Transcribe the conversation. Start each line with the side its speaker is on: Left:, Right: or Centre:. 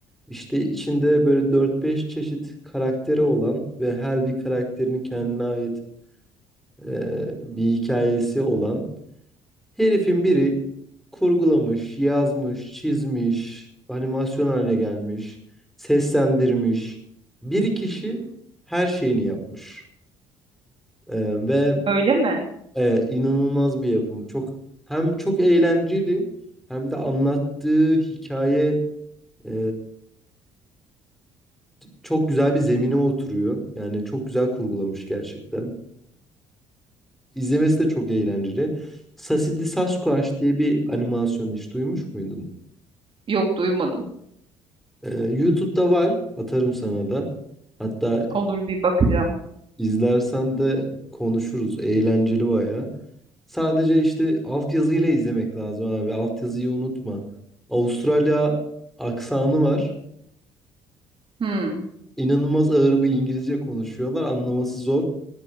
Centre: İşte içinde böyle 4-5 çeşit karakteri olan ve her bir karakterinin kendine ait e, bir hikayesi olan herifin biri kurgulamış, yazmış, çizmiş, animasyon haline gelmiş, seslendirmiş. Bir kişi her şeyini yapmış. E, ve
Right: Öyle mi?
Centre: Evet, inanılmaz bir yapım. Çok hem çok eğlenceli hem de anlattığı hikaye e, çok güzel bir zemine oturuyor. Yani çok güzel kurgulamış gerçekten. İzlemesi de çok eğlenceli. Sassy Sasquatch diye bir animasyon hiç duymuş muydun?
Right: Yok duymadım.
Centre: E, YouTube'da var. Atarım sana da. Hatta
Right: Olur bir bakacağım.
Centre: İzlersen de konuşuruz. Eğlenceli baya. Sadece işte altyazıyla izlemek lazım abi. Altyazıyı unutma. Avustralya aksanı var.
Right: Hmm,
Centre: İnanılmaz ağır bir İngilizce konuşuyorlar. Anlaması zor.